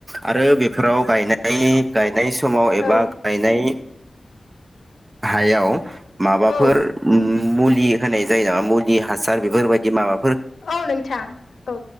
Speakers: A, on the right; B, on the left.
A: आरो बेफोराव गायनाय गाय नाय समाव एबा
B: औ
A: गायनाय हायाव माबाफोर
B: औ
A: उम मुलि होनाय जायो नामा मुलि हासार बेफोरबायदि माबा
B: औ नोंथां औ